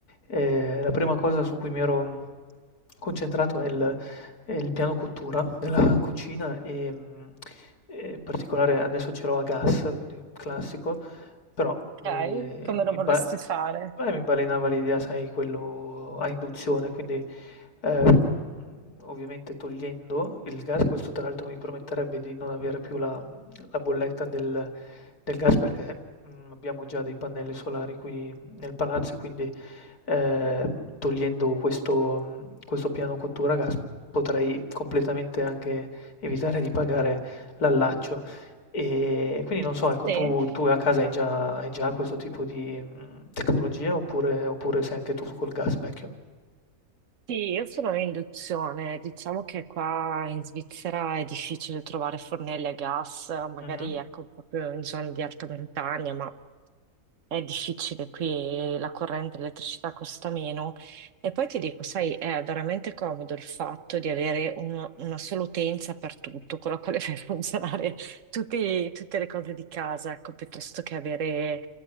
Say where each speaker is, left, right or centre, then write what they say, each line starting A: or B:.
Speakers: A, on the left; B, on the right.
A: Ehm, la prima cosa su cui mi ero, mhmm, concentrato è il è il piano cottura della cucina e, mhmm, e in particolare adesso ce l'ho a gas, quindi un classico. Però
B: Ok,
A: mi
B: come
A: mi
B: lo vorresti
A: ba
B: fare?
A: eh, mi balenava l'idea, sai, quello a induzione, quindi, ehm, ovviamente togliendo il gas, questo tra l'altro mi permetterebbe di non avere più la mhmm, la bolletta del del gas perché, mhmm, abbiamo già dei pannelli solari qui nel palazzo e quindi, ehm, togliendo questo mhmm, questo piano cottura a gas potrei completamente anche evitare di pagare l'allaccio. E quindi non so, ecco,
B: Sì.
A: tu tu a casa hai già hai già questo tipo di, mhmm, tecnologia oppure oppure sei anche tu col gas vecchio?
B: Sì, io sono in induzione, diciamo che qua in Svizzera è difficile trovare fornelli a gas, magari
A: Mh-mh.
B: ecco proprio in zone di alta montagna, ma è difficile qui, la corrente, l'elettricità costa meno. E poi ti dico, sai, è veramente comodo il fatto di avere uno- una sola utenza per tutto, con la quale <laughs> fai funzionare tutti- tutte le cose di casa, ecco, piuttosto che avere